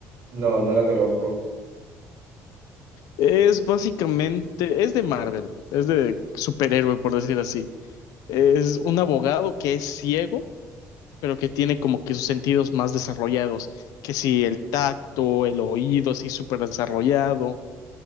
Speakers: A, on the right (about 40°); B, on the left (about 80°).
A: No, no la conozco.
B: Es básicamente, es de Marvel, es de superhéroe, por decir así. Es un abogado que es ciego, pero que tiene como que sus sentidos más desarrollados, que si el tacto, el oído, así súper desarrollado.